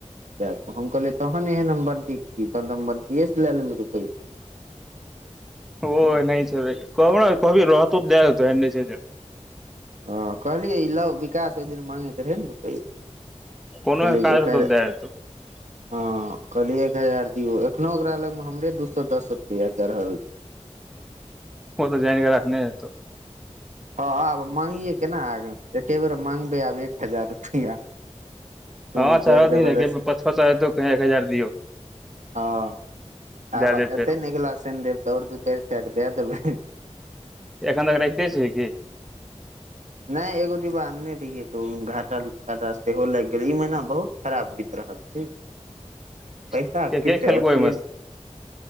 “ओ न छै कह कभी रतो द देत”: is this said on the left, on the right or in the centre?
Centre